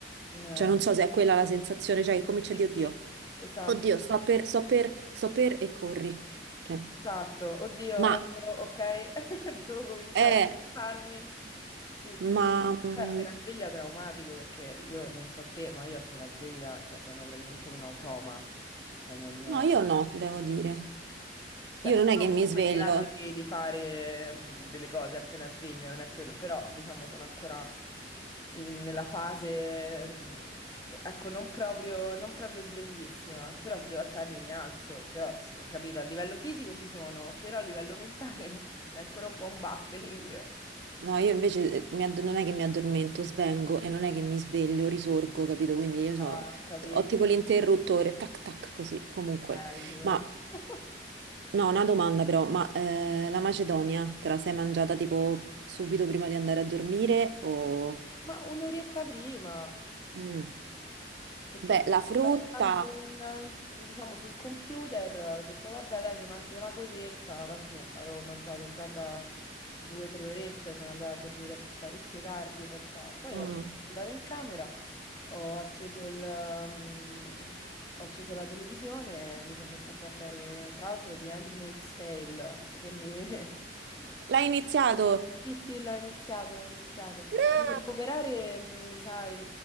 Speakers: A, on the left; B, on the right.
A: Eh,
B: Cioè, non so se è quella la sensazione, cioè che comincia
A: Sì,
B: a dire, oddio,
A: sì, esatto,
B: oddio, sto per, sto per, sto per e corri. Cioè,
A: esatto. Oddio,
B: ma
A: eccolo, ok, <laughs> devo cominciare
B: è,
A: a farmi. Sì, sì.
B: ma mm,
A: Poi appena sveglia traumatico perché io non so te, ma io appena sveglia, cioè sono praticamente un automa. Cioè non...
B: no, io no, devo dire.
A: Cioè,
B: Io
A: sono
B: non è che mi
A: comunque
B: sveglio,
A: in grado di, di fare delle cose appena sveglia, non è quello, però diciamo sono ancora mh, nella fase, mh, ecco, non proprio, non proprio sveglissima, però se devo alzarmi mi alzo, però, s- capito, a livello fisico ci sono, però a livello mentale <laughs> è ancora un po' un buffering.
B: No, io invece eh, mi add- non è che mi addormento, svengo e non è che mi sveglio, risorgo, capito? Quindi io so-
A: Ah, ho capito,
B: ho tipo l'interruttore, tac tac, così, comunque.
A: bello però.
B: Ma
A: <laughs>
B: no, una domanda però, ma eh, la Macedonia te la sei mangiata tipo subito prima di andare a dormire o...
A: Ma un'oretta prima.
B: Mm.
A: Perché
B: Beh,
A: stavo
B: la frutta,
A: spanettando in- in- diciamo, sul computer, ho detto vabbè dai mi mangio una cosetta, tanto avevo mangiato già da due o tre orette, sono andata a dormire parecchio tardi in realtà, poi
B: mm.
A: vabbè, sono andata in camera, ho acceso il, mm, ho acceso la televisione e mi sono messa a guardare tra l'altro The Handmaid's Tale, quindi <laughs>
B: L'hai iniziato,
A: Sì, sì, l'ho iniziato, l'ho iniziato.
B: brava!
A: Devo recuperare, mm, mi sa, il,